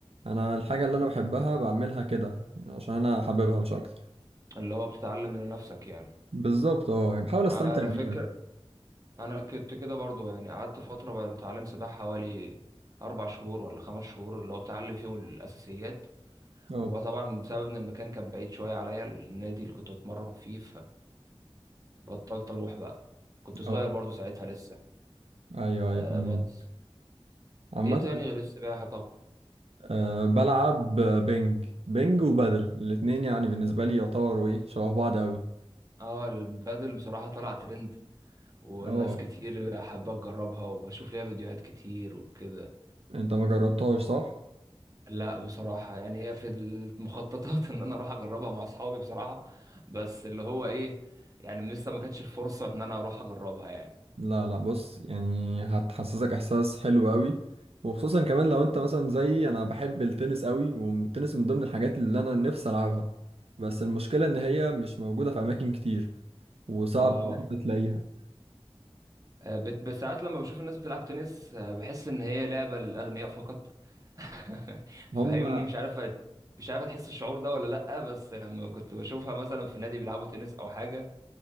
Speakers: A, on the right; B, on the right.
A: انا الحاجة اللي انا بحبها بعملها كده يعني عشان انا حاببها مش اكتر
B: اللي هو بتتعلم لنفسك يعني
A: بالظبط اه يعني بحاول استمتع
B: على فكرة
A: بيها
B: انا كنت كده برضو يعني قعدت فترة بتعلم سباحة حوالي اربع شهور ولا خمس شهور اللي هو بتعلم فيهم الاساسيات
A: اه
B: وطبعا بسبب ان المكان كان بعيد شويه عليا النادي اللي كنت بتمرن فيه بطلت اروح بقى كنت صغير
A: اه
B: برضو ساعتها لسه
A: ايوه
B: آه
A: ايوه فاهم
B: بس
A: قصدك. عامة
B: ايه تاني غير السباحة طب
A: أه بلعب بينج بينج وبادل الاتنين يعني بالنسبة لي يعتبروا ايه شبه بعض اوي
B: اه البادل بصراحة طلع ترند والناس
A: اه
B: كتير حابة تجربها وبشوف ليها فيديوهات كتير وكده
A: انت ما جربتهاش صح
B: لا بصراحة يعني هي في المخططات <laughs> ان انا اروح اجربها مع اصحابي بصراحة بس اللي هو ايه يعني لسه ما كانتش الفرصة ان انا اروح اجربها يعني
A: لا لا بص يعني هتحسسك احساس حلو قوي وخصوصا كمان لو انت مثلا زي انا بحب التنس قوي والتنس من ضمن الحاجات اللي انا نفسي العبها بس المشكله ان هي مش موجوده في اماكن كتير وصعب
B: اه
A: ان انت تلاقيها
B: آه، بت- بس ساعات لما بشوف الناس بتلعب تنس آه، بحس ان هي لعبة للأغنياء فقط <laughs>
A: هم
B: فاهمني مش عارف هت... مش عارف هتحس الشعور ده ولا لأ بس لما كنت بشوفها مثلا في نادي بيلعبوا تنس او حاجة